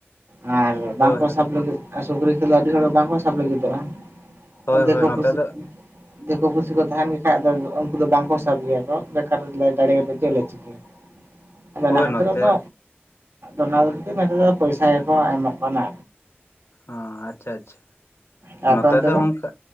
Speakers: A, on the right (about 80°); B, on the left (about 90°).
A: ᱟᱨ ᱵᱟᱝᱠᱚ
B: ᱦᱳᱭ
A: ᱥᱟᱵ ᱞᱟᱹᱜᱤᱫ ᱥᱩᱠᱨᱤ ᱠᱚᱫᱚ ᱟᱹᱰᱤ ᱦᱚᱲ ᱵᱟᱝᱠᱚ ᱥᱟᱵ ᱞᱟᱹᱜᱤᱫᱚᱜᱼᱟ ᱾
B: ᱦᱳᱭ
A: ᱫᱮᱤᱠᱚ
B: ᱦᱳᱭ ᱱᱚᱛᱮ
A: ᱯᱩᱥᱤ,
B: ᱫᱚ
A: ᱫᱮᱤᱠᱚ ᱯᱩᱥᱤ ᱠᱚ ᱛᱟᱦᱮᱱ ᱵᱟᱠᱷᱟᱡ ᱫᱚ ᱩᱱᱠᱩ ᱫᱚ ᱵᱟᱝᱠᱚ ᱥᱟᱵ ᱜᱮᱭᱟ ᱠᱚ ᱵᱮᱠᱟᱨ ᱫᱟᱲᱮ ᱠᱟᱛᱮ ᱪᱮᱫ ᱞᱮ ᱪᱤᱠᱟᱹᱭᱟ? ᱟᱫᱚ ᱚᱱᱟ
B: ᱦᱳᱭ
A: ᱠᱷᱟᱹᱛᱤᱨ
B: ᱱᱚᱛᱮ
A: ᱨᱮᱫᱚ ᱚᱱᱟ ᱢᱮᱱᱛ ᱫᱚ ᱯᱚᱭᱥᱟ ᱜᱮᱠᱚ ᱮᱢᱚᱜ ᱠᱟᱱᱟ᱾
B: ᱚ ᱟᱪᱪᱷᱟ ᱟᱪᱪᱷᱟ
A: ᱟᱯᱮ
B: ᱱᱚᱛᱮ
A: ᱚᱱᱛᱮ
B: ᱫᱚ ᱚᱝᱠᱟᱼᱼ